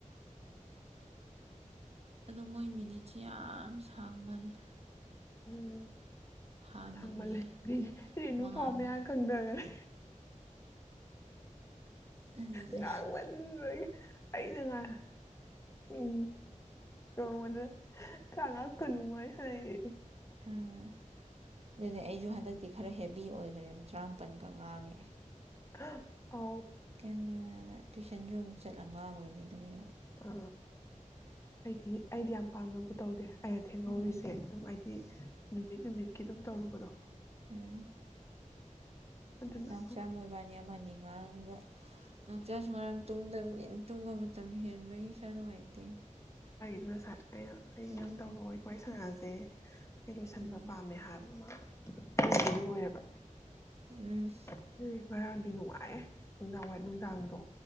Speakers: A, on the right; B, on the left.
A: ꯑꯗꯨ ꯃꯣꯏ ꯃꯤꯅꯤꯠꯁꯦ ꯌꯥꯝ ꯁꯥꯡꯃꯜꯂꯦ꯫
B: ꯎꯝ꯫
A: ꯍꯥꯟꯅꯒꯤ
B: ꯁꯥꯡꯃꯜ ꯂꯩ ꯔꯦꯅꯨ
A: ꯃꯉꯥ
B: ꯐꯥꯎ
A: ꯃꯉꯥ
B: ꯃꯌꯥꯝ ꯀꯪꯗꯒꯔꯦ!
A: ꯑꯗꯨꯅꯤ
B: ꯉꯥꯡꯃꯟꯕꯒꯤ ꯑꯩꯅ ꯉꯥꯏ ꯎꯝ ꯅꯣꯡꯃꯗ ꯇꯔꯥꯃꯉꯥ - ꯀꯨꯟ ꯗꯨꯃꯥꯏ ꯁꯥꯅꯩꯌꯦ꯫
A: ꯎꯝ ꯑꯗꯨꯗꯤ ꯑꯩꯁꯨ ꯍꯟꯗꯛꯇꯤ ꯈꯔ ꯍꯦꯕꯤ ꯑꯣꯏꯈ꯭ꯔꯦꯕ ꯇꯔꯥꯃꯥꯄꯟ ꯉꯥꯡꯉꯤ꯫
B: <unintelligible>
A: ꯀꯦꯅꯥꯅ ꯇꯨꯏꯁꯟꯒꯤ ꯑꯃꯨꯛ ꯆꯠꯂꯒ ꯉꯥꯡꯉꯏꯅꯦ ꯑꯗꯨꯒ ꯌꯦꯡꯉꯣ꯫
B: ꯑ ꯑꯩꯗꯤ ꯑꯩꯗꯤ ꯌꯥꯝ ꯄꯛꯅꯕꯨ ꯇꯧꯗꯦ꯫ ꯑꯩꯅ ꯊꯦꯡꯍꯧꯔꯤꯁꯦ
A: ꯎꯝ
B: ꯑꯗꯨꯝ ꯑꯩꯗꯤ ꯅꯨꯃꯤꯠ- ꯅꯨꯃꯤꯠ ꯀꯤ ꯑꯗꯨꯝ ꯇꯧꯔꯨꯕꯗꯣ꯫
A: ꯑꯝ꯫
B: ꯑꯗꯨꯅ
A: ꯅꯥꯎꯆꯥ
B: ꯑꯁ
A: ꯃꯣꯏꯕꯥꯅꯤ ꯑꯃꯅꯤ ꯉꯥꯡꯉꯒ ꯅꯥꯎꯆꯥꯁꯨ ꯉꯔꯥꯡ ꯇꯨꯝꯗꯕꯅꯤ ꯇꯨꯝꯕ ꯃꯇꯝ ꯍꯦꯟꯕꯒꯤ ꯃꯁꯥ ꯅꯨꯡꯉꯥꯏꯇꯦ꯫
B: ꯉꯥꯁꯥꯏ꯫ ꯑꯩꯅ - ꯑꯩꯅ
A: ꯎꯝ
B: ꯅꯪ ꯇꯧꯔꯛꯑꯣ ꯋꯥꯔꯤ ꯁꯥꯟꯅꯖꯦ꯫ ꯑꯩ ꯂꯣꯏꯁꯟꯕ
A: ꯎꯝ
B: ꯄꯥꯝꯃꯦ ꯍꯥꯏꯕ ꯃꯥ ꯑꯩꯒꯤꯗꯤ ꯂꯣꯏꯔꯦꯕ꯫
A: ꯎꯝ
B: ꯑꯗꯨꯗꯤ ꯉꯔꯥꯡꯗꯤ ꯅꯨꯡꯉꯥꯑꯦ ꯅꯨꯡꯗꯥꯡ ꯋꯥꯏ ꯅꯨꯡ ꯆꯥꯡꯗꯣ